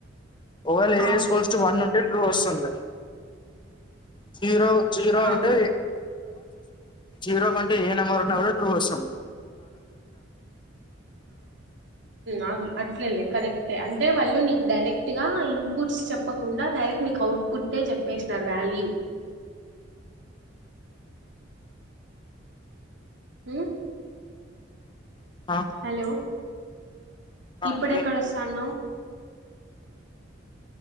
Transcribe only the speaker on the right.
అవును
ఆ
ఆ అట్లేలే కరెక్టే అంటే వాళ్ళు నీకు డైరెక్ట్ గా ఇన్పుట్స్ చెప్పకుండా డైరెక్ట్ నీకు అవుట్ పుట్టే చెప్పేసినారు వాల్యూ నా
హలో
ఇప్పుడు
ఏక్కడ వస్తాన్నావ్